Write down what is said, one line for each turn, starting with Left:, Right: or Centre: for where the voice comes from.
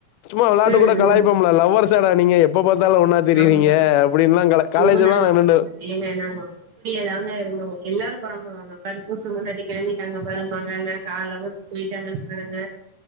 Left: சும்மா வெளையாட்டு
Right: ம்
Left: கூட கலாய்ப்
Right: ம்
Left: ம்ல லவ்வர்ஸ்ஸாடா நீங்க எப்ப பாத்தாலு ஒன்னா திரியிரீங்க
Right: ஆமா
Left: அப்டின்லா கல
Right: ஐயோ
Left: காலேஜ் எல்லா
Right: நாங்க
Left: எனன்டு
Right: ஏங்க நாங்க அப்டியேதாங்க இருந்தோ எல்லாரு பொறாம்படுவாங்க பாரு புருசு பொண்டாட்டி கெளம்பிட்டாங்க பாருங்மா நாங்க கா லவ்வர்ஸ் போயிட்டாங்கன் பாருங்க